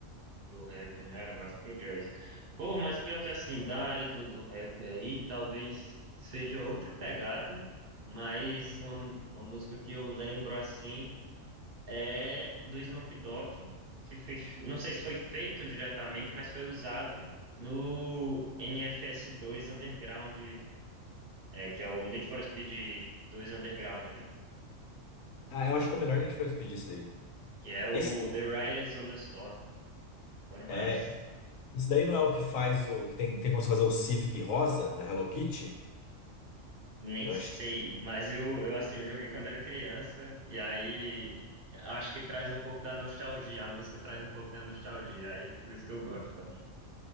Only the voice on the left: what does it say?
Ah, eu acho que é o melhor a gente for pedir isso daí.
Esse,
é, esse daí não é o que faz o. Que tem, tem como você fazer o Civic rosa da Hello Kitty?
Eu
acho.